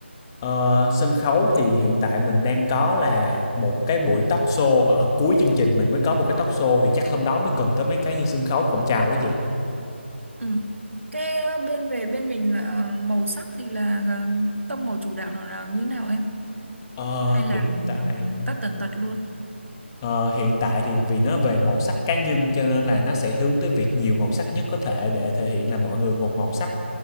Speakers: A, on the left; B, on the right.
A: Ờ, sân khấu thì hiện tại mình đang có là một cái buổi talk show ở cuối chương trình mình mới có một cái talk show thì chắc hôm đó mới cần tới mấy cái như sân khấu cổng chào đó chị.
B: Ừ. Cái ờ, bên về bên mình là ờ, màu sắc thì là ờ, tông màu chủ đạo nào nào như nào em?
A: Ờ,
B: Hay là
A: hiện tại
B: ờ, tất tần tật luôn?
A: ờ, hiện tại thì vì nó về màu sắc cá nhân cho nên là nó sẽ hướng tới việc nhiều màu sắc nhất có thể để thể hiện là mọi người một màu sắc